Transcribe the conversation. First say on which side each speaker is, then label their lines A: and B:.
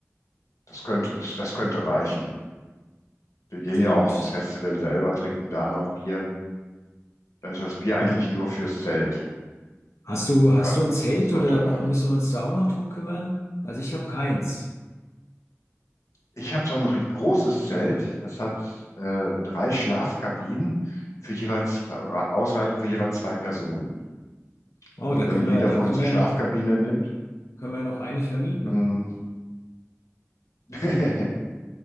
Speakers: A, on the left; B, on the left.
A: das könnte, das, das könnte reichen. Wir gehen
B: Sehr
A: ja auch
B: gut.
A: aufs Festival selber, trinken da noch Bier. Dann ist das Bier eigentlich
B: Und
A: nur fürs Zelt.
B: hast du,
A: Ja,
B: hast du ein Zelt
A: das sollte
B: oder bra-
A: reichen.
B: müssen wir uns da auch noch drum kümmern? Also ich habe keins.
A: Ich habe so ein ri- großes Zelt, das hat äh, drei Schlafkabinen für jeweils ausreichend für jeweils zwei Personen.
B: Oh,
A: Also
B: da
A: wenn
B: können
A: jeder
B: wir, da
A: von
B: können
A: uns
B: wir
A: eine Schlafkabine
B: ja noch,
A: nimmt,
B: können wir ja noch eine vermieten.
A: dann <laughs> ja,